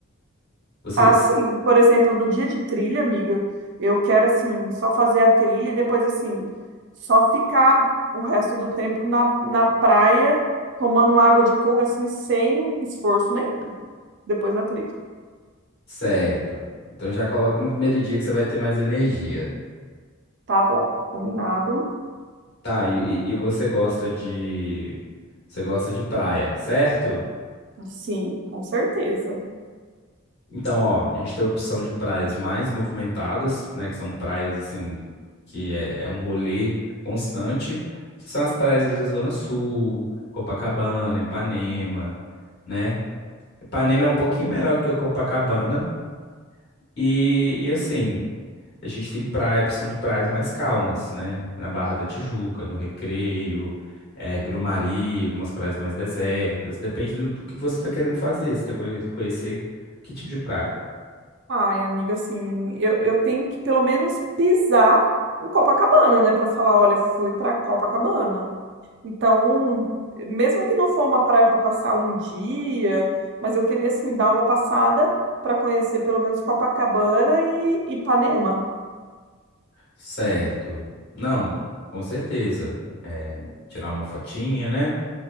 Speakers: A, on the left; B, on the right.
A: Você,
B: Ah, sim. Por exemplo, no dia de trilha, amiga, eu quero, assim, só fazer a trilha e depois, assim, só ficar o resto do tempo na, na praia. Tomando uma água de coco assim, sem esforço Depois da trilha.
A: Certo. Então já coloca no primeiro dia que você vai ter mais energia.
B: Tá bom, combinado.
A: Tá, e, e e você gosta de. Você gosta de praia, certo?
B: Sim, com certeza.
A: Então, ó, a gente tem a opção de praias mais movimentadas, né? Que são praias assim, que é, é um rolê constante, que são as praias ali da Zona Sul, Copacabana, Ipanema, né? Ipanema é um pouquinho melhor que a Copacabana. E, e assim. A gente tem praia, opção de praias mais calmas, né? Na Barra da Tijuca, no Recreio, eh, Grumari, umas praias mais desertas. Depende do, do que você está querendo fazer. Você está conhecer que tipo de praia?
B: Ai, amiga, assim, eu, eu tenho que pelo menos pisar em Copacabana, né? Pra falar, olha, fui pra Copacabana. Então, mesmo que não for uma praia pra passar um dia, mas eu queria, assim, dar uma passada pra conhecer pelo menos Copacabana e Ipanema.
A: Certo. Não, com certeza. Eh, tirar uma fotinha, né?